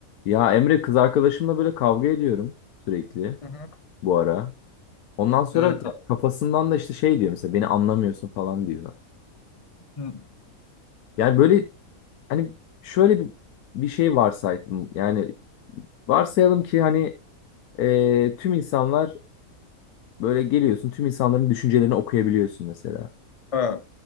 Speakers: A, on the left; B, on the left.
A: Ya Emre kız arkadaşımla böyle kavga ediyorum sürekli
B: Hı hı.
A: bu ara. Ondan sonra
B: Evet abi.
A: kafasından da işte şey diyor mesela beni anlamıyorsun falan diyor.
B: Hı.
A: Yani böyle hani şöyle bir, bir şey varsaydım. Yani varsayalım ki hani e, tüm insanlar böyle geliyorsun tüm insanların düşüncelerini okuyabiliyorsun mesela.
B: Ha,